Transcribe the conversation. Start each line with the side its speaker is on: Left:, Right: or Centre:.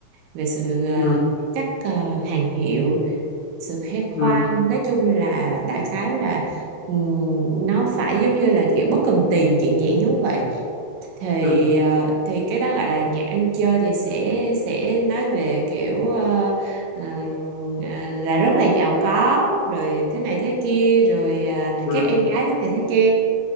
Right: về sự à,
Left: ừ
Right: các à, hàng hiệu sự khoe khoang
Left: ừ
Right: nói chung là đại khái là ừm, nó phải giống như là kiểu bất cần tiền chuyện dạng giống vậy thì
Left: ừ
Right: à, thì cái đó gọi là nhạc ăn chơi thì sẽ sẽ nói về kiểu ờ, ờ, à, là rất là giàu có rồi thế này thế kia rồi à,
Left: ừ
Right: các em gái thế này thế kia